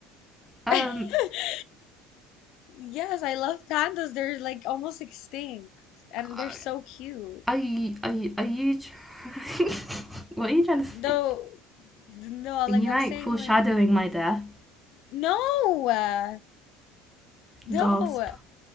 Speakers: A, in the centre; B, on the left.
A: Um,
B: <laughs> Yes, I love pandas. They're like almost extinct and
A: uh,
B: they're so cute.
A: are you, are you, are you, tr- <laughs> what are you trying to
B: No,
A: say?
B: no,
A: Are
B: like
A: you
B: I'm
A: like
B: saying
A: foreshadowing
B: like
A: my death?
B: no. uh, No.
A: Gasp.
B: uh,